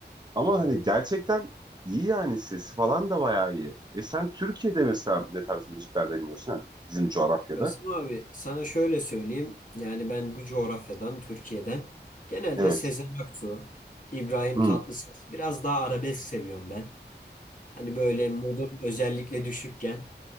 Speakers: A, on the right; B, on the left.
A: Ama
B: Ha.
A: hani gerçekten iyi yani sesi falan da bayağı iyi. E sen Türkiye'de mesela ne tarz müzikler dinliyorsun? Yani bizim coğrafyada.
B: Kasım abi sana şöyle söyleyeyim. Yani ben bu coğrafyadan Türkiye'den genelde
A: Evet.
B: Sezen Aksu, İbrahim
A: Hmm.
B: Tatlıses biraz daha arabesk seviyorum ben. Hani böyle modum özellikle düşükken